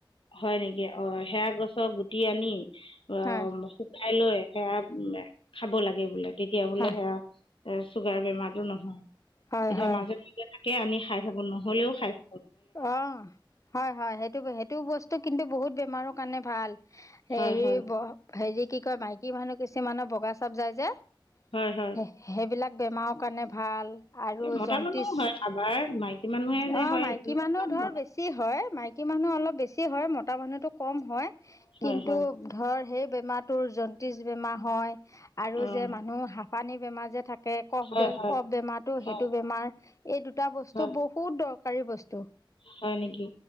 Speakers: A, on the left; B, on the left.
A: হয় নেকি? অ সেয়া গছৰ গুটি আনি অ
B: হয়
A: শুকাই লৈ সেয়া উ খাব লাগে বোলে। তেতিয়া বোলে
B: হয়।
A: হেয়া চুগাৰ বেমাৰটো নহয়।
B: হয়
A: এতিয়া
B: হয়
A: মাজে মাজে তাকে আনি খাই থাকো। নহ'লেও খাই থাকো।
B: অ হয়, হয়। সেইটো সেইটো বস্তু কিন্তু বহুত বেমাৰৰ কাৰণে ভাল। হেৰি
A: হয় হয়
B: ব হেৰি কি কয় মাইকী মানুহ কিছুমানৰ বগা চাপ যায় যে।
A: হয় হয়
B: সেইবিলাক বেমাৰৰ কাৰণে ভাল আৰু
A: এই মতা
B: জন্তিছ
A: মানুহ হয় কাৰবাৰ মাইকী মানুহে যে
B: অ
A: হয়
B: মাইকী
A: সেইটো
B: মানুহ
A: নাজানো
B: ধৰ
A: মতা
B: বেছি হয় মাইকী মানুহ অলপ বেছি হয় মত তা মানুহৰটো কম হয়।
A: হয়
B: কিন্তু
A: হয়
B: ধৰ সেই বেমাৰটোৰ জন্তিজ বেমাৰ হয় আৰু
A: অঁ
B: যে মানুহ হাঁফানি বেমাৰ যে থাক থাকে। কফ
A: হয়
B: দে
A: হয়
B: কফ বেমাৰটো
A: হয়
B: সেইটো বেমাৰ এই দুটা বস্তু
A: হয়
B: বহুত দৰকাৰী বস্তু।
A: হয় নেকি?